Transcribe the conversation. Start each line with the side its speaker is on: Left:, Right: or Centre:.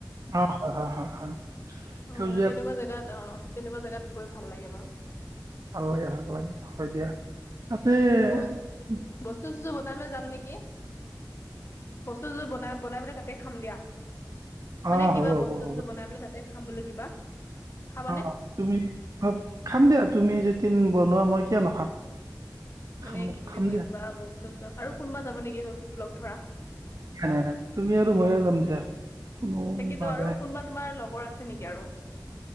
Right: অ হয় হয় হয়।
Left: অ
Right: সেউজীয়া
Left: তেনেকুৱা জেগাত অ তেনেকুৱা জেগাত গৈ ভাল লাগে বাৰু
Right: অলি হয় পলাই হয় দিয়া। তাতে
Left: ব
Right: কিন্তু-
Left: বস্তু চস্তু বনাই লৈ যাম নিকি বস্তু যোৰ বনাই বনাই পেলাই তাতে খাম দিয়া। মানে
Right: অ',
Left: কিবা
Right: হ'ব
Left: বস্তু
Right: হ'ব হ'ব
Left: বস্তু বনাই পেলাই তা তাতে খাম বুলি কিবা খাবানে
Right: অ তুমি অ খাম দিয়া তুমি যে <unintelligible> বনোৱা মই কিয় নাখাম
Left: মানে
Right: খাম
Left: কি বুলি
Right: খাম
Left: কয়
Right: দিয়া
Left: কিবা বস্তু্ত আৰু কোনোবা যাব নেকি হল। লগ ধৰা
Right: নাই নাই নাই তুমি আৰু ময়ে যাম দিয়া কোনো
Left: তাকেইটো
Right: নাযায়
Left: আৰু কোনোবা তোমাৰ লগৰ আছে নেকি আৰু?